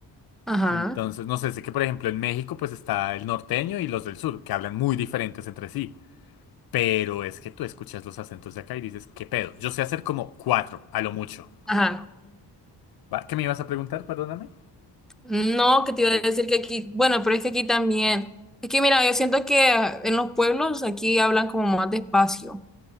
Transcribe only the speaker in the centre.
ajá,
ajá.
No, que te iba a decir que aquí, bueno, pero es que aquí también. Es que mira, yo siento que en los pueblos aquí hablan como más despacio.